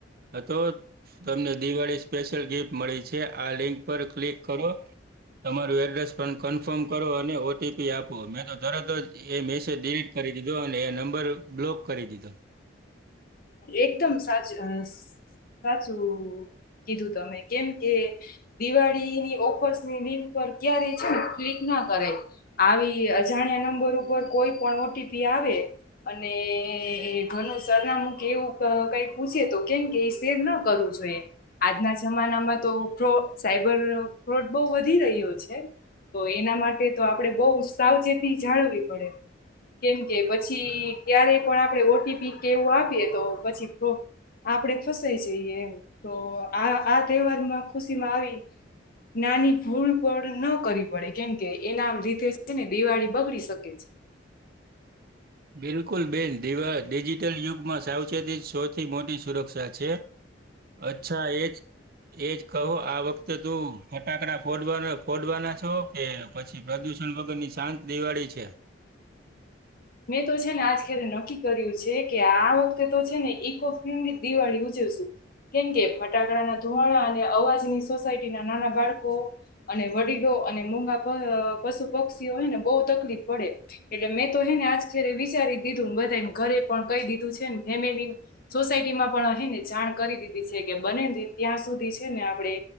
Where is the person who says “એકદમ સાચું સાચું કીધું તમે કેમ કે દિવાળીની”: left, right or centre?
Left